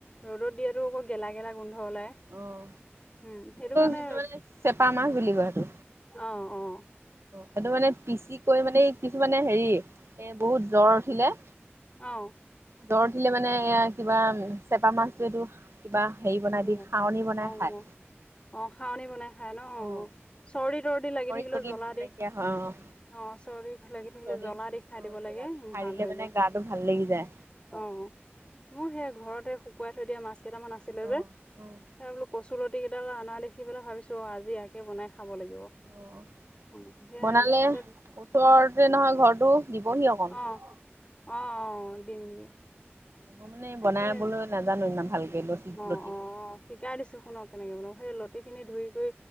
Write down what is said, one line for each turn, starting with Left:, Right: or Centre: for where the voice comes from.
Left: ৰ'দত দিয়াতো আকৌ গেলা গেলা গোন্ধ ওলাই,
Right: অ',
Left: উম সেইটো কাৰণে,
Right: কিছুমানে চেপা মাছ বুলি কয় সেইটো।
Left: অ' অ'।
Right: সেইটো মানে পিচি কৈ মানে, কিছুমানে হেৰি এ বহুত জ্বৰ উঠিলে।
Left: অ'।
Right: দৰ দিলে মানে, এয়া কিবা চেপা মাছটো এইটো কিবা হেৰি বনাই
Left: অ',
Right: দি খাৱনি বনাই
Left: অ',
Right: খায়।
Left: অ', অ' খাৱনি বনাই খাই ন,
Right: অ',
Left: চৰ্চিত চৰ্দি লাগি থাকিলে
Right: তৰ্দি
Left: জ্বলা দি,
Right: নাইকিয়া হয় অ',
Left: অ' চৰ্দি লাগি থাকিলে
Right: চৰ্দি
Left: জ্বলা দি খাই
Right: অ',
Left: দিব লাগে,
Right: জ্বলা দি খাই
Left: ভাল
Right: দিলে
Left: হৈ
Right: মানে
Left: যায়,
Right: গাটো ভাল লাগি যায়।
Left: অ, মই সেয়া ঘৰতে শিৱ শুকাই থয় দিয়া মাছ। কেইটামান আছিলে
Right: অ',
Left: যে।
Right: অ',
Left: সেই বোলো কচুলতি কেইডাল অনা দেখি পেলাই ভাবিছো, অ' আজি এয়াকে বনাই খাব লাগিব।
Right: অ',
Left: অ সেয়া
Right: বনালে
Left: তাৰপিছত
Right: ওচৰতে নহয় ঘৰটো দিবহি অলপ।
Left: অ অ', অ', দিম দিম।
Right: মই মানে
Left: তাকে
Right: বনাইাবলৈ নাজানো ইমান ভালকে। লতি
Left: অ'
Right: লতিটো।
Left: অ' শিকাই দিছো শুনক কেনেকে বনাই, সেই লতি খিনি ধুই কৈ